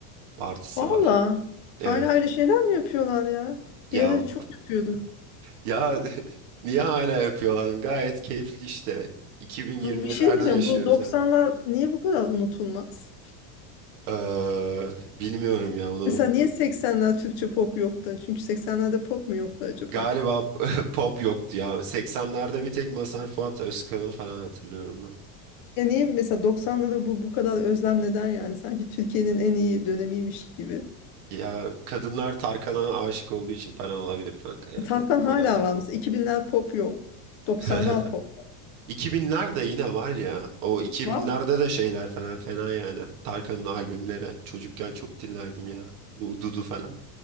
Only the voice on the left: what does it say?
Valla
hala
öyle şeyler mi yapıyorlar ya?
Bir ara çok yapıyorduk.
Bu bir şey diyeceğim
bu 90'lar
niye bu kadar unutulmaz?
Mesela niye 80'ler Türkçe pop yoktu? Çünkü 80'lerde pop mu yoktu acaba?
Ya niye mesela 90'larda bu bu kadar özlem neden yani? Sanki Türkiye'nin en iyi dönemiymiş gibi.
E, Tarkan hala
var mesela 2000'ler pop yok.
90'lar pop
var mı?